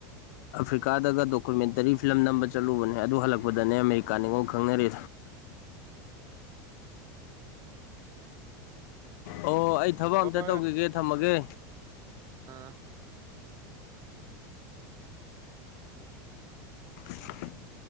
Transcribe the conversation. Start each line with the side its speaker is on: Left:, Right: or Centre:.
Left: ꯑꯐ꯭ꯔꯤꯀꯥꯗꯒ ꯗꯣꯀꯨꯃꯦꯟꯇꯔꯤ ꯐꯤꯂꯝ ꯅꯝꯕ ꯆꯠꯂꯨꯕꯅꯦ ꯑꯗꯨ ꯍꯜꯂꯛꯄꯗ ꯑꯗꯨꯗꯅꯦ ꯑꯃꯦꯔꯤꯀꯥꯅꯤꯉꯣꯜ ꯈꯪꯅꯔꯤ
Right: ꯎꯝ
Left: ꯑꯣ ꯑꯩ ꯊꯕꯛ
Right: ꯍꯣꯏ
Left: ꯑꯝꯇ ꯇꯧꯈꯤꯒꯦ ꯊꯝꯃꯒꯦ
Right: ꯑꯥ
Left: <unintelligible>